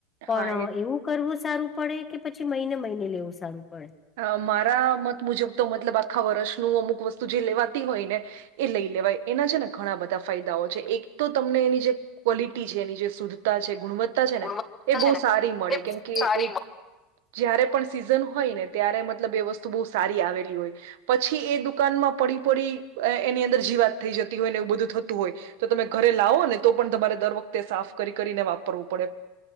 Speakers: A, on the left; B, on the right.
A: પણ
B: હા એ
A: એવું કરવું સારું પડે કે? પછી મહિને મહિને લેવું સારું પડે?
B: અ મારા મત મુજબ તો, મતલબ આખા વર્ષનું અમુક વસ્તુ જે લેવાતી હોય ને. એ લઈ લેવાય એના છે ને, ઘણા બધા ફાયદાઓ છે, એક તો તમને એની જે ક્વોલિટી છે, એની જે શુદ્ધતા છે, ગુણવત્તા. ને
A: ગુણવત્તા
B: એ બહ
A: છે ને
B: સારી મળે,
A: એ
B: કેમ કે
A: સારી
B: એ જયારે પણ સીઝન હોય ને. ત્યારે મતલબ એ વસ્તુ બહુ સારી આવેલી હોય. પછી એ દુકાનમાં પડી પડી, એની અંદર જીવાત થઈ જતી હોય ને, એવું બધું થતું હોય. તો તમે ઘરે લાવો ને, તો પણ તમારે દર વખતે સાફ કરી કરીને વાપરવું પડે.